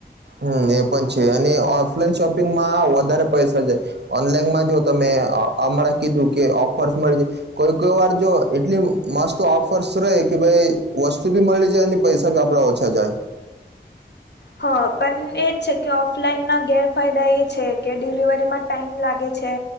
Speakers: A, on the right; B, on the left.
A: હમ એ પણ છે, અને ઓફલાઈન શોપિંગમાં વધારે પૈસા છે. ઓનલાઈનમાં જો, તમે હમણાં કીધું કે ઓફર્સ મળી જ કોઈ કોઈ વાર જો એટલી મસ્ત ઓફર્સ રહેે, કે ભાઈ વસ્તુ ભી મળી જાય પૈસા ભી આપડા ઓછા જાય
B: હા, પણ એ જ છે. કે ઓફલાઈનના ગેરફાયદા એ છે કે ડિલિવરીમાં ટાઈમ લાગે છે.